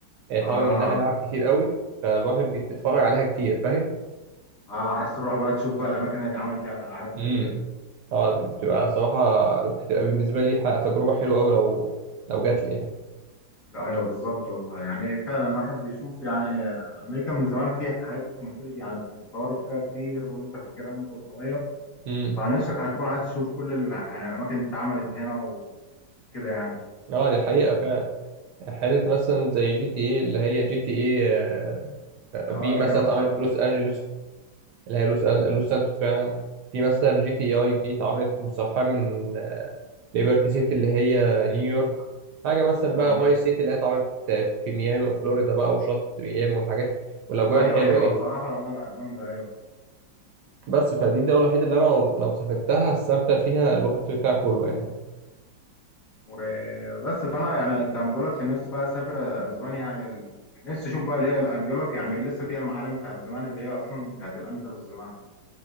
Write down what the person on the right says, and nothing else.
يعني
اتعمل منها لعب كتير قوي فالواحد بيتفرج عليها كتير فاهم
امم
اه بتبقى صراحة بتبقى بالنسبة لي ح- تجربة حلوة قوي لو لو جات لي يعني
امم
اه دي حقيقة فعلا حتة مثلا زي جي تي ايه اللي هي جي تي ايه آه،
في
مثلا
اتعملت
في لوس انجلوس اللي هي لوس أن... لوس سانتوس فعلا في مثلا جي تي اي اي في اتعملت مستوحاة من آه، ليبرتي سيتي اللي هي نيويورك حاجة مثلا بقى
فايس سيتي اللي هي اتعملت آه، في ميامي وفلوريدا بقى وشط ميامي والحاجات والأجواء
الحلوة
دي
بس فدي الدولة الوحيدة اللي أنا لو لو سافرتها هستمتع فيها الوقت بتاعي كله يعني